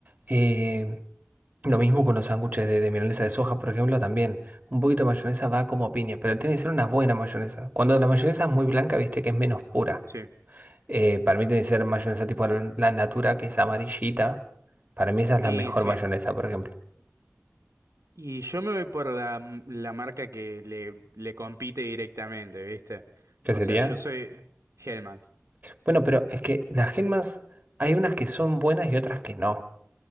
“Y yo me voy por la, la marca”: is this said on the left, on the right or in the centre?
Right